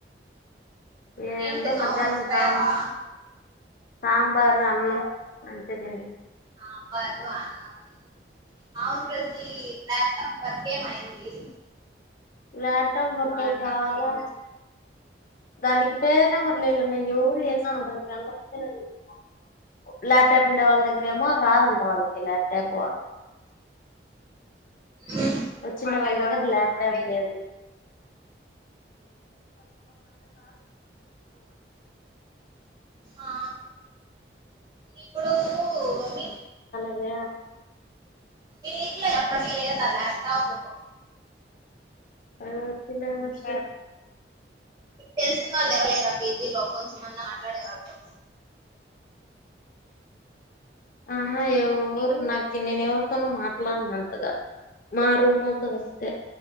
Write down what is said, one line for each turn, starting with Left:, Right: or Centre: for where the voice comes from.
Left: ఏందో
Right: ఏం తిన్నావ్
Left: మధ్యాహ్నం
Right: మరచిపోయవా
Left: సాంబార్ సాంబారు అన్నం మంచిది
Right: సాంబార్ అన్నం అవును <unintelligible> ఏమయింది
Left: ల్యాప్టాప్ వర్కు చాలా దానికి పేరు నంబర్ల లేదు ఎవరు <unintelligible> ల్యాప్ ట్యాప్ ఉండే వాళ్ళ దగ్గరమో రాదంట వాళ్ళకి ల్యాప్ట్యాప్
Right: మ్మ్.
Left: వచ్చిన వాళ్ళ దగ్గర ల్యాప్ట్యాప్ లేదు
Right: ఆ ఇప్పుడు మీ
Left: అ
Right: మీరు ఇజిగా లేదు ల్యాప్ టాప్
Left: ఊ తినే వచ్
Right: తెలిసిన వాళ్ళు ఎవరులేర ఆ పేజీలో కొంచెమన్న నడవాల్తో
Left: ఆహా ఎవ్వరు నాకు నేను ఎవరితోను మాట్లాడను. అంతగా మా రూమళ్లతో తప్పితే